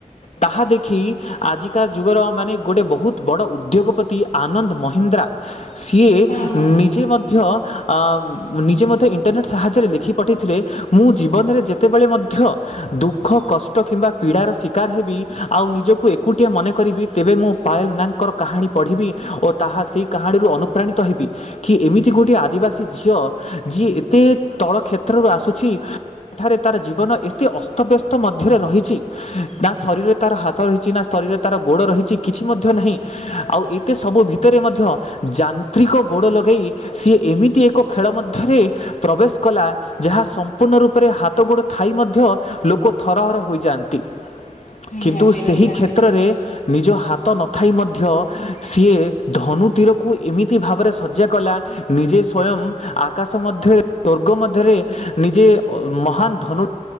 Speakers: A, on the left; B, on the left.
A: ତାହା ଦେଖି ଆଜି କା ଯୁଗର ମାନେ ଗୋଟେ ବହୁତ ବଡ଼ ଉଦ୍ୟୋଗପତି ଆନନ୍ଦ ମହିନ୍ଦ୍ରା। ସିଏ
B: ହଁ ହଁ ହଁ
A: ନିଜେ ମଧ୍ୟ। ଅମ ନିଜେ ମଧ୍ୟ ଇଣ୍ଟରନେଟ ସାହାଯ୍ୟରେ ଲେଖି ପଠାଇଥିଲେ ମୁଁ ଜୀବନରେ ଯେତେବେଳେ ମଧ୍ୟ। ଦୁଖ କଷ୍ଟ କିମ୍ବା ପୀଡ଼ାର ଶିକାର ହେବି ଆଉ ନିଜକୁ ଏକୁଟିଆ ମନେ କରିବି ତେବେ ମୁଁ ପା ୟଲ ନାଗଙ୍କର କାହାଣୀ ପଢିବି ଓ ତାହା ସେଇ କାହାଣୀରୁ ଅନୁପାଣିତ ହେବି କି ଏମିତି ଗୋଟିଏ ଆ ଆଦିବାସୀ ଝିଅ ଯିଏ ଏତେ ତଳ କ୍ଷେତ୍ରରୁ ଆସୁଛି। ସେଠାରେ ତାର ଜୀବନ ଏତେ ଅସ୍ତବ୍ୟସ୍ତ ମଧ୍ୟରେ ରହିଛି। ନା ଶରୀରରେ ତାର ହାତ ରହିଛି ନା ଶରୀରରେ ତାର ଗୋଡ଼ ରହିଛି କିଛି ମଧ୍ୟ ନାହିଁ ଆଉ ଏତେ ସବୁ ଭି ଭିତରେ ମଧ୍ୟ ଯାନ୍ତ୍ରିକ ଗୋଡ଼ ଲଗେଇ ସିଏ ଏମିତି ଏକ ଖେଳ ମଧ୍ୟରେ ପ୍ରବେଶ କଲା ଯାହା ସମ୍ପୂର୍ଣ୍ଣ ରୂପରେ ହାତ ଗୋଡ଼ ଥାଇ ମଧ୍ୟ ଲୋକ ଥରହର ହୋଇଯାନ୍ତି।
B: ନିହାତି
A: କିନ୍ତୁ ସେହି
B: ନିହାତି
A: କ୍ଷେତ୍ରରେ
B: ହଁ
A: ନିଜ ହା ତ ନଥାଇ ମଧ୍ୟ ସିଏ ଧନୁତିରକୁ ଏମିତି ଭାବରେ ଶଯ୍ୟା କଲା ନିଜେ ସ୍ଵୟଂ ଆକାଶ ମଧ୍ୟରେ ଦୁର୍ଗ ମଧ୍ୟରେ ନିଜେ ମହାନ ଧନୁ